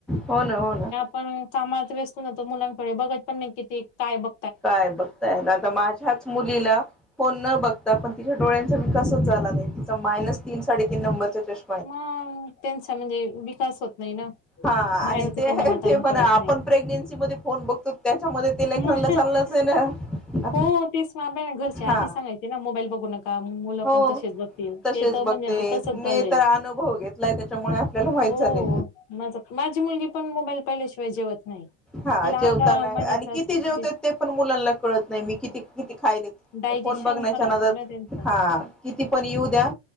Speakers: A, in the centre; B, on the left.
A: हो ना हो ना.
B: पण कामात व्यस्त न तो मुलांकडे बघत पण नाही किती ते काय बघ
A: काय बघतायेत, आता माझ्यात मुलीला फोन न बघता पण तिच्या डोळ्यांचा विकासच झाला नाही त मायनस तीन साडेतीन नंबरचा चस्
B: मग त्यांचा म्हणजे विकास होत नाही ना.
A: हा
B: बाहेरच
A: आणि ते
B: त्यांना वातावरण
A: ते म्हणा
B: कळत
A: आपण
B: नाही
A: प्रेग्नेन्सी मध्ये फोन बघतो त्याच्यामध्ये ते लेकरांना
B: मग
A: चाललंच आहे ना
B: हो तेच मा <unintelligible> घरचे आधी
A: हा
B: सांगायची ना मोबाईल बघू नका. का मुलं
A: हो
B: पण तसेच बघतील
A: तसेच
B: ते तर म्हणजे
A: बघते
B: आ तसंच
A: मी
B: झालंय
A: तर अनुभव गेत लाय त्याच्यामुळे आपल्याला माहित
B: हो
A: झाले
B: हो माझ माझी मुलगी पण मोबाईल पहिल्याशिवाय जेवत नाही.
A: हा
B: तिला
A: जेवतान,
B: आता
A: आणि
B: म्हणजे
A: किती जेवतत ते पण मुलांना कळत नाही मी किती किती खायले ते
B: डायजेशन
A: फोन बघण्याच्या
B: खराब
A: नादात,
B: होतं ना त्यांचं
A: हा किती पण येऊ द्या